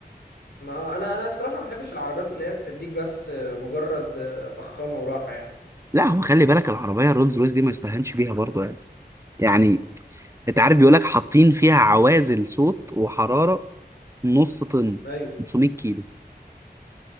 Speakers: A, on the left; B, on the right.
A: ما آه، انا انا الصراحه ما بحبش العربيات اللي هي تديك بس آه، مجرد آه، فخامه وراحه يعني
B: لا هو خلي بالك العربيه الرولز رويس دي ما يستهانش بيها برضه يعني يعني انت عارف بيقول لك حاطين فيها عوازل صوت وحراره نص طن
A: ايوه
B: 500 كيلو